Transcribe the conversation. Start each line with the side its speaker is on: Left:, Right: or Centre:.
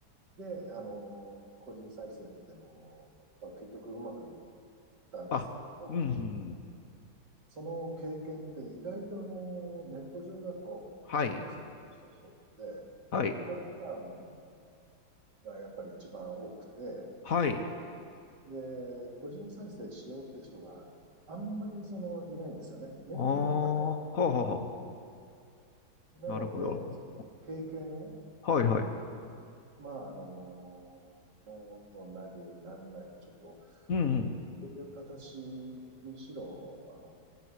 Right: で、あの、個人再生っていうのを、まあ、結局うまくいったんですけれど、
Left: あ。あ。うん。
Right: その経験って意外とあの、ネット上だと、
Left: はい。
Right: 債務整理した人って、
Left: はい。
Right: 自己負担がやっぱり一番多くて、
Left: はい。
Right: で、個人再生しようって人があんまりそのいないんですよね。メリットがあんまり
Left: ああ。はあはあはあ。
Right: ない。
Left: なるほど。
Right: なので、その経験を、
Left: はいはい。
Right: まあ、あの、ノートなりなんなり、ちょっと、
Left: うん。
Right: こういう形にしろ、あの、